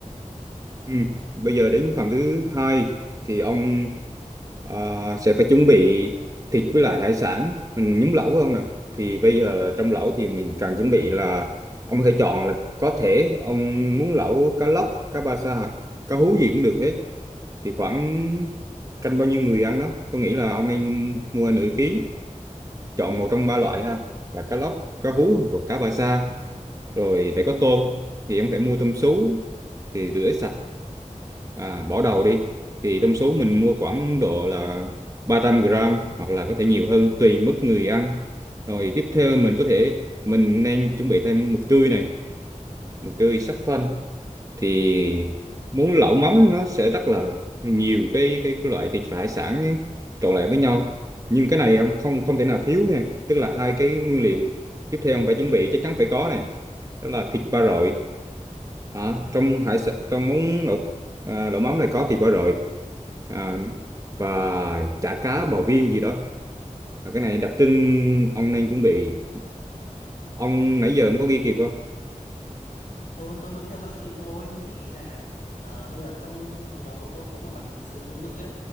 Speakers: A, on the right; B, on the left.
A: ừ. bây giờ đến phần thứ hai thì ông À, sẽ phải chuẩn bị thịt với lại hải sản mình nhúng lẩu phải không nè thì bây giờ trong lẩu thì mình cần chuẩn bị là ông có thể chọn là có thể ông muốn lẩu cá lóc cá ba sa hoặc cá hú gì cũng được hết thì khoảng canh bao nhiêu người ăn đó tôi nghĩ là ông nên mua nửa ký chọn một trong ba loại ha là cá lóc cá hú hoặc là cá ba sa rồi phải có tôm thì em phải mua tôm sú thì rửa sạch à, bỏ đầu đi thì tôm sú mình mua khoảng độ là 300 gram hoặc là có thể nhiều hơn tùy mức người ăn rồi tiếp theo mình có thể mình nên chuẩn bị thêm mực tươi này mực tươi sắc khoăn thì muốn lẩu mắm nó sẽ rất là nhiều cái cái, cái loại thịt và hải sản ấy, trộn lại với nhau nhưng cái này ông không không thể nào thiếu nha tức là hai cái nguyên liệu tiếp theo ông phải chuẩn bị chắc chắn phải có này đó là thịt ba rọi à, trong hải sản trong món lẩu à, lẩu mắm này có thịt ba rọi à, và chả cá bò viên gì đó Và cái này đặc trưng ông nên chuẩn bị ông nãy giờ ông có ghi kịp không
B: tôi tôi vẫn theo dõi kịp thôi nhưng mà ý là ờ, bây giờ trong cái nhóm của tôi có một bạn bị dị ứng với mực ấy